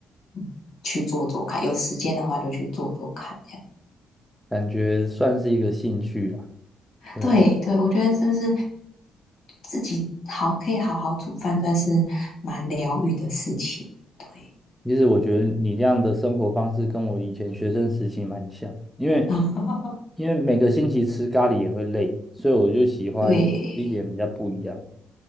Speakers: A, on the left; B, in the centre.
A: 嗯去做做看，有时间的话就去做做看，这样。
B: 感觉算是一个兴趣啦。对啊
A: 对对，我觉得是不是自己好可以好好煮饭，算是蛮疗愈的事情，对，
B: 其实我觉得你这样的生活方式跟我以前学生时期蛮像，因为
A: 嗯，
B: 因为每个星期吃咖喱也会累，所以我就喜欢吃一点比较不一样。
A: <laughs> 对。